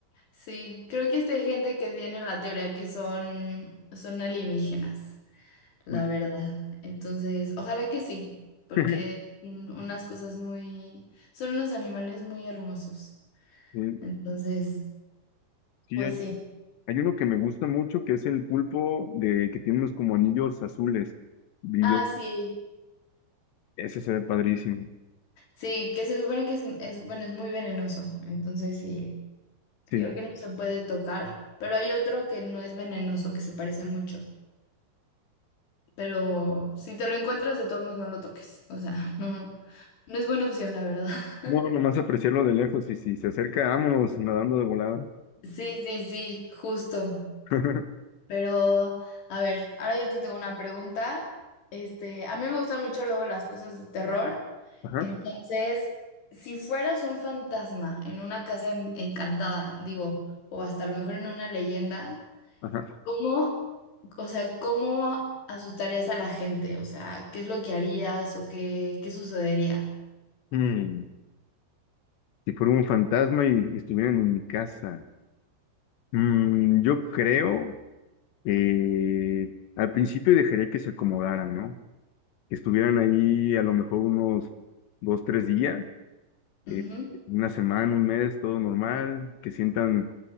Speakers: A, on the left; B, on the left.
A: Sí, creo que esta hay gente que tiene la teoría que son, son alienígenas. la
B: Uy.
A: verdad. Entonces, ojalá que sí, porque
B: <laughs>
A: son unas cosas muy, son unos animales muy hermosos.
B: Sí,
A: Entonces,
B: sí,
A: pues
B: hay,
A: sí.
B: hay uno que me gusta mucho que es el pulpo de que tiene unos como anillos azules, brillo.
A: Ah, sí,
B: Ese se ve padrísimo.
A: sí, que se supone que es, es, bueno, es muy venenoso. Entonces, sí,
B: Sí.
A: creo que no se puede tocar, pero hay otro que no es venenoso, que se parece mucho. Pero si te lo encuentras, de todos modos no lo toques. O sea, <laughs> no, no es buena opción, la verdad. <laughs>
B: No, nomás apreciarlo de lejos y si se acerca, vámonos nadando de volada.
A: Sí, sí, sí, justo.
B: <laughs>
A: Pero, a ver, ahora yo te tengo una pregunta. Este, a mí me gustan mucho luego las cosas de terror.
B: Ajá,
A: Entonces, si fueras un fantasma en una casa en- encantada, digo, o hasta a lo mejor en una leyenda,
B: ajá.
A: ¿cómo, o sea, cómo asustarías a la gente? O sea, ¿qué es lo que harías o qué, qué sucedería?
B: Mm, Si fuera un fantasma y, y estuvieran en mi casa. Mm, yo creo que al principio dejaría que se acomodaran, ¿no? Que estuvieran ahí a lo mejor unos dos, tres días, eh,
A: Ujú,
B: una semana, un mes, todo normal, que sientan